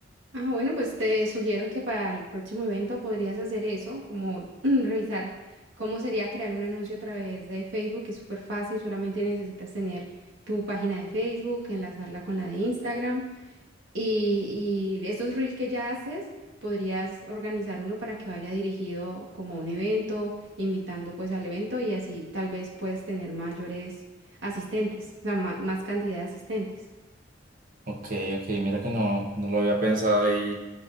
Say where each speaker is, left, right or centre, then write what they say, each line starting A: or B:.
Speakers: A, on the right (about 75°); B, on the right (about 50°).
A: Ah, bueno, pues te sugiero que para el próximo evento podrías hacer eso, como <clears throat> revisar cómo sería crear un anuncio a través de Facebook, que es súper fácil, solamente necesitas tener tu página de Facebook, enlazarla con la de Instagram Y, y estos reels que ya haces, podrías organizar uno para que vaya dirigido como a un evento, invitando pues al evento y así tal vez puedes tener mayores asistentes, o sea, ma- más, cantidad de asistentes.
B: Ok, ok, mira que no, no lo había pensado y